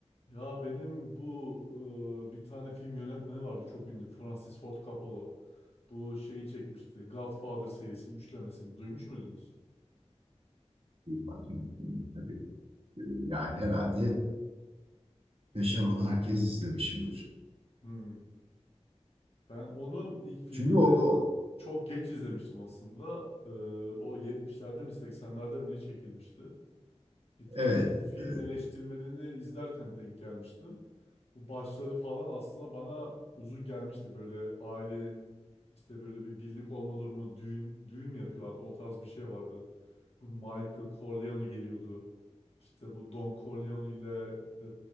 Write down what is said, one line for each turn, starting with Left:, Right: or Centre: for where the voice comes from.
Left: Ya benim bu e, bir tane film yönetmeni vardı çok ünlü. Francis Ford Coppola. Bu şeyi çekmişti. Godfather serisinin üçlemesini. Duymuş muydunuz?
Right: Bakın, tabii e, yani herhalde beşer onar kez izlemişimdir.
Left: Hmm. Ben onun ilk filmini
Right: Çünkü o
Left: çok geç izlemiştim aslında. E, o 70'lerde mi 80'lerde mi ne çekilmişti? Bir tane
Right: evet,
Left: film
Right: evet.
Left: eleştirmenini izlerken denk gelmiştim. Bu başları falan aslında bana uzun gelmişti. Böyle ailenin işte böyle bir birlik olma durumu, düğün, düğün mü yapıyorlardı? O tarz bir şey vardı. Bu Michael Corleone geliyordu. İşte bu Don Corleone ile e,